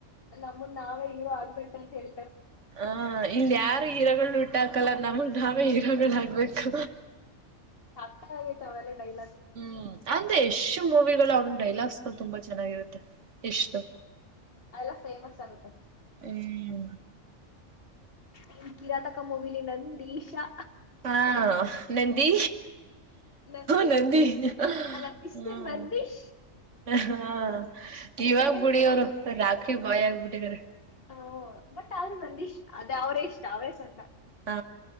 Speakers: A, on the left (about 50°); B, on the right (about 70°).
A: ನಂದ ನಾವೇ ಹೀರೋ ಆಗ್ಬೇಕು ಅಂತ ಹೇಳ.
B: ಹ ಇಲ್ ಯಾರು ಹೀರ್ ುಟ್ಟ ಹಾಕಲ್ಲ ನಮಗ್ ನಾವೇ ಹೀರಗಳ ಆಾಗಬೇಕು.
A: ಸಾಕ್ಕಾಗೈತ ಅವಲ್ಲ. ಕೈಲ್ಲ.
B: ಹ್ಮ್ ಅಂದ್ರೆ ಯಶು ಮೂವಿಗಳು ಅವ್ನ ಡೈಲಾಗ್ಸ್ಗಳು ತುಂಬಾ ಚೆನ್ನಾಗಿರುತ್ತೆ. ಯಶ್ದು
A: ಎಲ್ಲ ಫೇಮಸ್ ಆಗುತ್ತೆ.
B: ಹ್ಮ್.
A: ನಿನ್ ಕಿರಾತಕ ಮುಗಿಲಿ ನಂದಿಶಾ.
B: ಹಾ ನಂದಿ
A: ನಂದೀಶ್
B: ನಂದಿ
A: ಮಿಸ್ಟರ್
B: ಹ್ಮ
A: ಅಲ್ಲ ಮಿಸ್ಟರ್ ನಂದೀಶ್
B: ಹಾ ಜೀವಾಗ
A: ಆಮೇಲೆ
B: ಗುಡಿಿಯ ಅವರು ರಾಿ. ಬಾಯಿ ಆಗ್ಬಿಟ್ಟಿದಿದ್ದಾರೆ.
A: ಆ, ಬಟ್ ಆದ್ರೂ ನಂದೀಶ್ ಅದೇ ಅವರೇ ಇಷ್ಟ ಅವರೇ ಚಂದ
B: ಹ